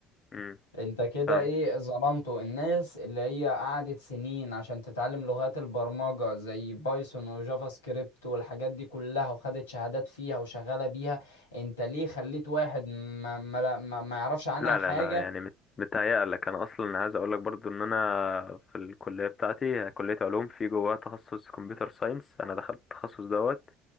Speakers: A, on the left; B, on the left.
A: امم
B: انت كده
A: فاهم.
B: ايه ظلمته الناس اللي هي قعدت سنين عشان تتعلم لغات البرمجة زي بايثون وجافا سكريبت والحاجات دي كلها وخدت شهادات فيها وشغالة بيها انت ليه خليت واحد ما, ما, ما, ما يعرفش عنها
A: لا
B: حاجة
A: لا لا يعني مت- متهيألك انا اصلا عايز اقول لك برضو ان انا في الكليه بتاعتي كليه علوم في جواها تخصص كمبيوتر ساينس انا دخلت التخصص دوت